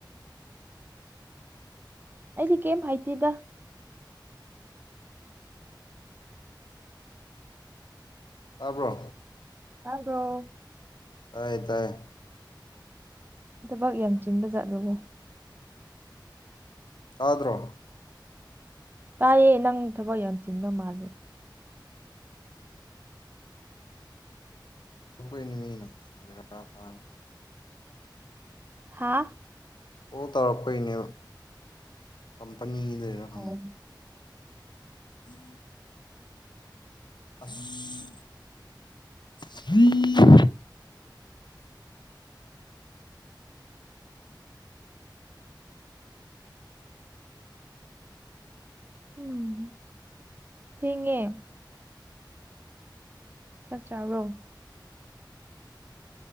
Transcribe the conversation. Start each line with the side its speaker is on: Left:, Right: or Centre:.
Right: ꯑꯩꯗꯤ ꯀꯩꯝ ꯍꯥꯏꯇꯦꯗ
Left: ꯇꯥꯕ꯭ꯔꯣ
Right: ꯇꯥꯕ꯭ꯔꯣ
Left: ꯇꯥꯏꯌꯦ ꯇꯥꯏꯌꯦ
Right: ꯊꯕꯛ ꯌꯥꯝ ꯆꯤꯟꯕ ꯆꯥꯠꯂꯨꯕ
Left: ꯇꯥꯗ꯭ꯔꯣ
Right: ꯇꯥꯏꯌꯦ ꯅꯪ ꯊꯕꯛ ꯌꯥꯝ ꯆꯤꯟꯕ ꯃꯥꯜꯂꯦ
Left: ꯑꯈꯣꯏꯅꯤ ꯃꯤꯅ ꯕꯦꯔꯥ ꯀ
Right: ꯍꯥꯥ
Left: ꯑꯣꯜ ꯇꯧꯔꯛꯄꯩꯅꯦ ꯀꯝꯄꯅꯤꯗꯩꯔ ꯈꯪꯗꯦ
Right: ꯑꯣ
Left: <unintelligible> ꯑꯁ <unintelligible>
Right: ꯎꯝ ꯊꯦꯡꯉꯦ ꯆꯥꯛ ꯆꯥꯕ꯭ꯔꯣ